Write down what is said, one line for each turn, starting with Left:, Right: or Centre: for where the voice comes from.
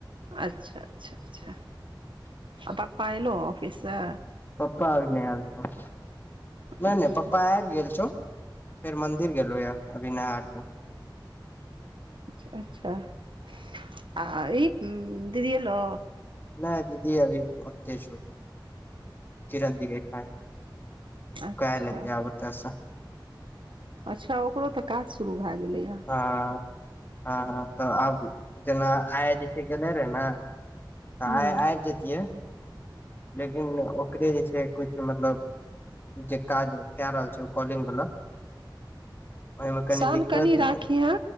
Right: अच्छा अच्छा अच्छा आ पप्पा एयलहु ऑफिससँ
Left: पप्पा अभी नहि आल छौ नहि
Right: अच्छा
Left: नहि पप्पा आब गेल छौ। फेर मंदिर गेलो य अभी नहा क
Right: अच्छऽ अच्छऽ आ ई दीदी एलो
Left: नय दीदी अभी ओते छौ किरन दी ऐयठा ही
Right: अच्छा
Left: कालइ एतो आब ओतेसँ
Right: अच्छऽ ओकरो तऽ काज शुरू भए गेलै यऽ
Left: हँ - हँ हँ तऽ आब जना आइ जे छैय गेले रहे नऽ तऽ
Right: ह
Left: आ आइब जतियै लेकिन ओकरे जे छै किछु मतलब जे काज कए रहल छै ओ कॉलिंग वला ओहिमे कनी
Right: शान
Left: दिक्कत
Right: कनि राखिहे